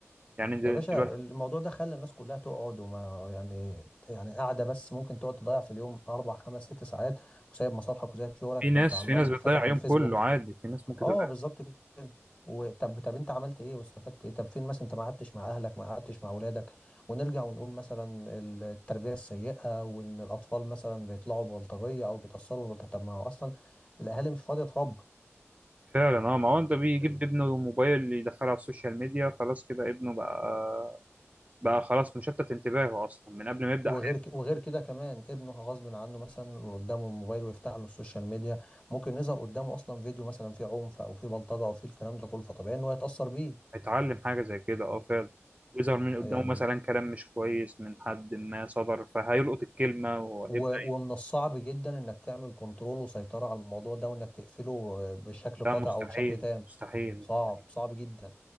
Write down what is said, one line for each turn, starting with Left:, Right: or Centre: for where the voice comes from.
Right: يعني دل-
Left: يا باشا
Right: دلوقتي
Left: الموضوع ده خلى الناس كلها تقعد وما يعني يعني قاعدة بس ممكن تقعد تضيع في اليوم أربع خمس ست ساعات وسايب مصالحك وسايب شغلك
Right: في ناس
Left: وأنت عمال
Right: في ناس بتضيع
Left: فاتح الفيسبوك
Right: يوم كله عادي في ناس ممكن
Left: اه
Right: تضيع
Left: بالظبط كده وطب طب انت عملت ايه واستفدت ايه طب فين مثلا انت ما قعدتش مع اهلك ما قعدتش مع اولادك ونرجع ونقول مثلا التربيه السيئه وان الاطفال مثلا بيطلعوا ببلطجيه او بيتاثروا ببلطجيه طب ما هو اصلا الاهالي مش فاضيه تربي
Right: فعلا اه ما هو انت بيجيب
Left: ال-
Right: ابنه موبايل يدخله على السوشيال ميديا خلاص كده ابنه بقى بقى خلاص مشتت انتباهه اصلا من قبل ما يبدأ
Left: وغير ك- وغير كده كمان ابنه غصب عنه مثلا قدامه الموبايل ويفتح له السوشيال ميديا ممكن يظهر قدامه اصلا فيديو مثلا فيه عنف او فيه بلطجه او فيه الكلام ده كله فطبيعي ان هو يتاثر بيه
Right: هيتعلم حاجة زي كده اه فعلا ويظهر من قدامه
Left: يعني
Right: مثلا كلام مش كويس من حد ما صدر فهيلقط الكلمة وهيبقى
Left: و- ومن الصعب جدا انك تعمل كنترول وسيطرة على الموضوع ده وانك تقفله بشكل
Right: ده
Left: قاطع
Right: مستحيل
Left: او بشكل تام
Right: مستحيل مستحيل
Left: صعب صعب جدا